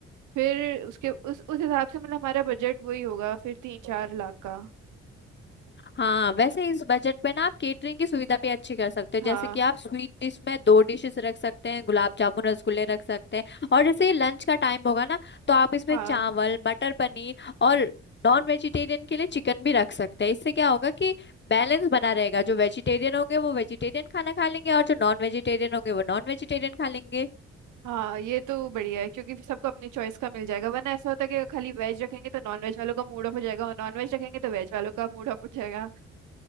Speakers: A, on the right; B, on the left.
A: फिर उसके उस उस हिसाब से मतलब हमारा बजट वही होगा फिर तीन चार लाख का
B: हाँ वैसे इस बजट में ना आप केटरिंग की सुविधा भी अच्छी कर सकते हो
A: हाँ
B: जैसे कि आप स्वीट डिश में दो डिशेस रख सकते हैं गुलाब जामुन रसगुल्ले रख सकते हैं और जैसे ये लंच का टाइम होगा ना तो आप इसमें
A: हाँ
B: चावल मटर पनीर और नॉन वेजिटेरियन के लिए चिकन भी रख सकते हैं इससे क्या होगा कि बैलेंस बना रहेगा जो वेजिटेरियन होंगे वो वेजिटेरियन खाना खा लेंगे और जो नॉन वेजिटेरियन होंगे वो नॉन वेजिटेरियन खा लेंगे
A: हाँ ये तो बढ़िया है क्योंकि फिर सबको अपनी चॉइस का मिल जाएगा वरना ऐसा होता है कि अगर खाली वेज रखेंगे तो नॉन वेज वालों का मूड ऑफ हो जाएगा और नॉन वेज रखेंगे तो वेज वालों का मूड ऑफ हो जाएगा